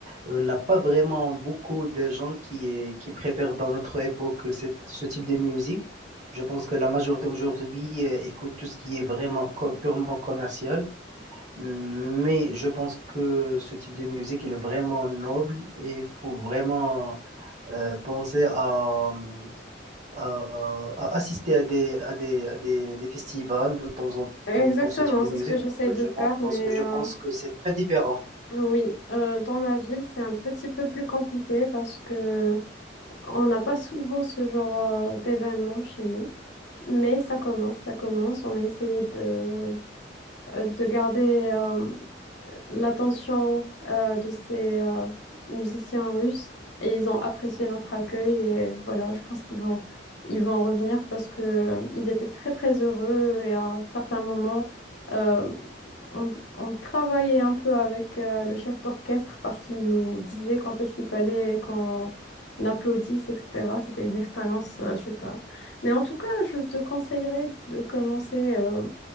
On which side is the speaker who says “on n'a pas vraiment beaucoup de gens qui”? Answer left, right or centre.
Right